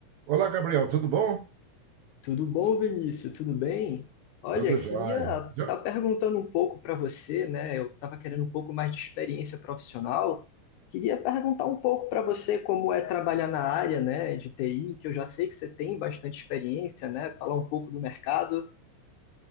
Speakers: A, on the right; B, on the left.
A: Olá, Gabriel, tudo bom?
B: Tudo bom, Vinícius? Tudo bem? Olha,
A: Tudo jóia.
B: queria estar
A: Jo-
B: tá perguntando um pouco para você, né? Eu estava querendo um pouco mais de experiência profissional. Queria perguntar um pouco para você como é trabalhar na área, né, de TI, que eu já sei que você tem bastante experiência, né? Falar um pouco do mercado,